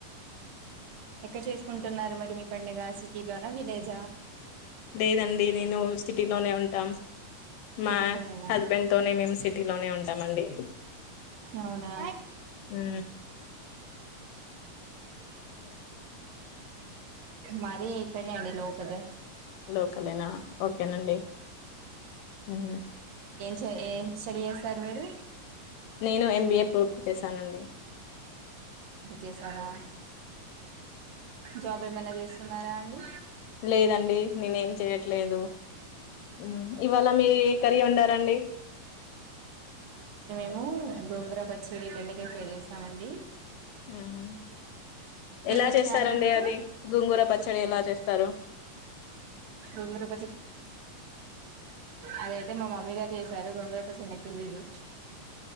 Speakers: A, on the right (about 80°); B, on the left (about 75°).
A: ఎక్కడ చేసుకుంన్ ంటున్నారు మరి మీ పండగ సిటీలోన, విలేజా
B: లేదండి నేను సిటీలోనే ఉంటాం,
A: సిటీలోనేనా
B: మా హస్బెంన్ తోనే మేము సిటీలోనే ఉంటాం అండి.
A: అవునా
B: హు
A: మరి ఇక్ ఇడ్నె అండి లోకలె
B: లోకలేనా ఓకేనండి. ఉ
A: తే ఏం స్టడీ ఏసారు మీరు
B: నేను ఎంబీఏ పూర్తి చేశానండి.
A: చేసావా జాబ్ ఏమైనా చేస్సున్నారా అండి.
B: లేదండి నేనే ఏం చేయట్లేదు, హుమ్ ఇవాళ మీ ఏ కర్రీ వండారండి.
A: ఉమ్ దొంగర పచ్చడి దెండకాయ ఫై చేస్తామండి
B: ఉహు, ఎలా
A: వచ్చా
B: చేస్సారండి
A: అండి మీకు
B: అది గుంగుర పచ్చడి ఎలా చేస్తారు.
A: గోంగూర అదిఐతే మా మమ్మీ గారు చేసార్. దోగోంగుర పచ్చన్ నాక్ లేలీదు.